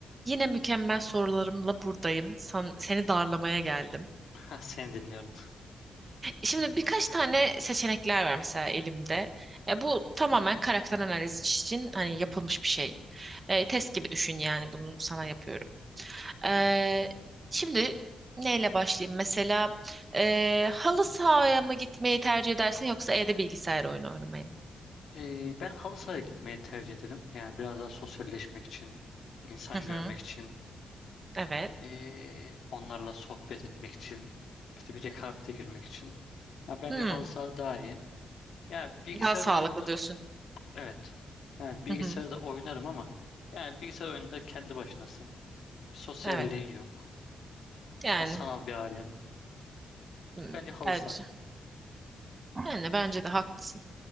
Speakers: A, on the right (about 20°); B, on the left (about 60°).
A: Yine mükemmel sorularımla buradayım. San- seni darlamaya geldim.
B: <laughs> Ha, Seni dinliyorum.
A: Şimdi birkaç tane seçenekler var mesela elimde. E, bu tamamen karakter analizi için hani yapılmış bir şey. E, test gibi düşün yani bunu sana yapıyorum. E, şimdi neyle başlayayım? Mesela e, halı sahaya mı gitmeyi tercih edersin yoksa evde bilgisayar oyunu oynamayı mı?
B: Ee, ben halı sahaya gitmeyi tercih ederim. Yani biraz daha sosyalleşmek için, insan
A: Hı hı,
B: görmek için,
A: evet.
B: ee, onlarla sohbet etmek için, işte bir rekabete girmek için. Ya bence
A: Hı,
B: halı saha daha iyi. Yani bilgisayar
A: daha sağlıklı
B: oyunu,
A: diyorsun.
B: evet. Yani bilgisayarda
A: Hı hı,
B: oynarım ama yani bilgisayar oyununda kendi başınasın. Sosyalliğin
A: evet.
B: yok.
A: Yani
B: Ya sanal bir alem.
A: hmm,
B: Bence halı
A: bence.
B: saha.
A: Yani bence de haklısın.